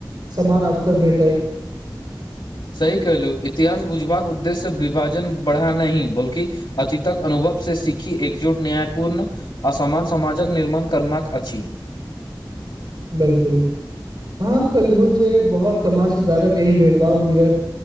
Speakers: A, on the right; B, on the left.
A: समान अफसर भेटै।
B: सही कहलू इतिहास बुझबाकऽ उद्देश्य विभाजन बढ़ा नहि बल्कि अतिक अनुभवसँ सीखी एकजुट न्यायपूर्ण असमान समाजकऽ निर्माण करना अछि
A: बिल्कूल अह कहलहु जे बहुत समाज सुधारक यी भेदभाव वरत